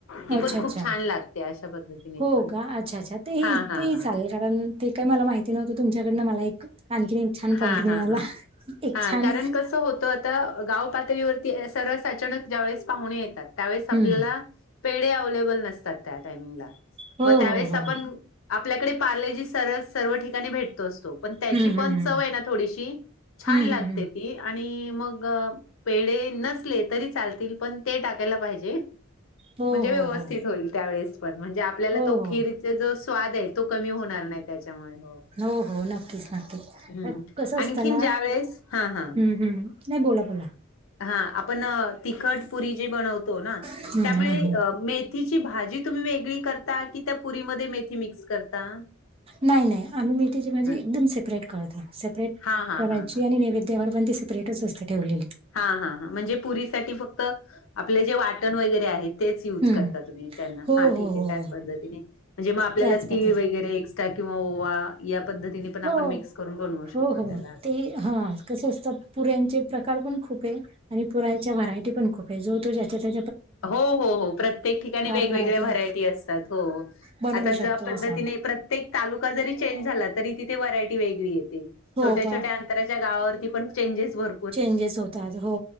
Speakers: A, on the left; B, on the right.
A: ती
B: अच्छा,
A: पण
B: अच्छा.
A: खूप छान लागते, अशा पद्धतीने
B: हो
A: पण
B: का? अच्छा, अच्छा. तेही
A: हा हा
B: तेही
A: हा.
B: चालेल कारण ते काही मला माहिती नव्हतं, तुमच्याकडनं मला एक आणखी एक छान पॉइंट
A: हा
B: मिळाला.
A: हा हां
B: एक
A: हा
B: छान
A: कारण कसं होतं आता गाव पातळीवरती. सरस अचानक ज्यावेेळेस पाहुणे येतात त्यावेळेस आपल्याला.
B: हं.
A: पेढ अवलेबल नसतात त्या टामिंगला
B: हो,
A: मग त्यावेळेस
B: हो, हो.
A: आपण आपल्याकडे प. स सर्व ठिकाणी भेटतो असतो पण त्याची
B: हं, हं,
A: पण
B: हं.
A: चव आहे ना थोडीशी छान
B: हं,
A: लागते
B: हं, हं.
A: ती. आणि मग पेढ नसले तरी चालतील पण ते टाकायला पाहिजे.
B: हो,
A: म्हणजे
B: हो,
A: व्यवस्थित
B: हो.
A: होईल त्यावेळेस पण म्हणजे. आपल्याला
B: हो,
A: तो
B: हो.
A: खीरचा जो स्वाद आहे तो कमी होणार नाही त्याच्यामुळे हो.
B: हो हो नक्कीच नक्कीच.
A: हम्म
B: तर कसं असतं
A: आणखीन
B: ना
A: ज्या वेळेस हा हा.
B: हं, हं. नाही बोला, बोला.
A: हा आपण तिखट पुरी जे बनवतो ना
B: हं,
A: त्यामुळे
B: हं, हं.
A: म. मेथीची भाजी तुम्ही वेगळी करता कि त्या पुरीमध्ये मेथी मिक्स करता.
B: नाही नाही आम्ही मेथीची भाजी
A: हा
B: एकदम सेपरेट करतो सेपरेट
A: हा हा
B: करायची
A: हा हा ठीक
B: आणि नैवेद्यावर
A: आहे.
B: पण ते. टच स्स्त ठेवली.
A: हा हा ह म्हणजे पुरीसाठी फक्त आपले जे वाटण वगैरे आहेत. तेच यज
B: हं.
A: करता तुम्ही त्यांना
B: हो
A: हा
B: हो
A: ठीके
B: हो
A: त्याच पद्धतीने म्हणजे मग आपल्याला
B: त्याच
A: तीळ
B: पद्धती
A: वगैरे किंवा ओवा या पद्धतीने पण
B: हो
A: आपण मिक्स करून बनवू शकतो
B: हो हो
A: त्याला.
B: ते हा कस असतं पुऱ्यांचे प्रकार पण खूप आहे आणि पुराच्या व्हरायटी पण खूप आहे जो तो ज्याच्या त्या
A: हो हो हो प्रत्येक ठिकाणी वेगवेगळ्या
B: घरातल्या
A: व्हरायटी असतात हो
B: बनवू
A: आता
B: शकतो
A: ज्या पद्धतीने
B: असा
A: प्र तालुका जरी चेंज झाला तरी तिथे व्हरायटी वेगळीेते
B: हो
A: छोट्या
B: पा
A: छोट्या च्या गावावरती पण चेंजेस भर
B: चेंजेस होतात हो